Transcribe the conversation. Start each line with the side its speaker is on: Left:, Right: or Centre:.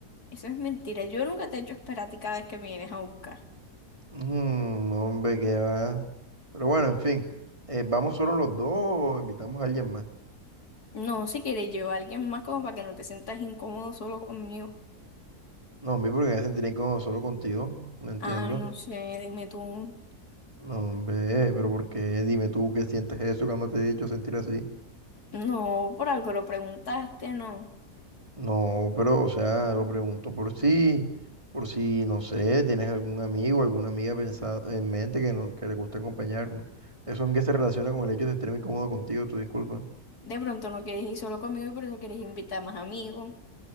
Left: Eso es mentira. Yo nunca te he hecho esperar a ti cada vez que me vienes a buscar.
Right: Mm, hombre, que va. Pero bueno, en fin, eh, ¿vamos solo los dos o invitamos a alguien más?
Left: No, si quieres llevar a alguien más como para que no te sientas incómodo solo conmigo.
Right: No, hombre, porque me sentiría incómodo solo contigo, no entiendo.
Left: Ah, no sé, dime tú.
Right: No, hombre, pero ¿por qué? Dime tú qué sientes eso cuando te he hecho sentir así.
Left: No, por algo lo preguntaste, no.
Right: No, pero, o sea, lo pregunto por si, por si, no sé, tienes algún amigo, alguna amiga pensado en mente que, no- que le gusta acompañarnos. ¿Eso en qué se relaciona con el hecho de sentirme incómodo contigo? Tu disculpa.
Left: De pronto no quieres ir solo conmigo y por eso quieres invitar más amigos.